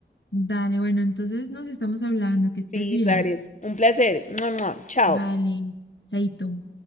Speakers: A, on the left; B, on the left.
A: Dale, bueno, entonces nos estamos hablando. Que estés
B: Sí,
A: bien.
B: Zaret, un placer. Mua, mua. Chao.
A: Vale, chaito.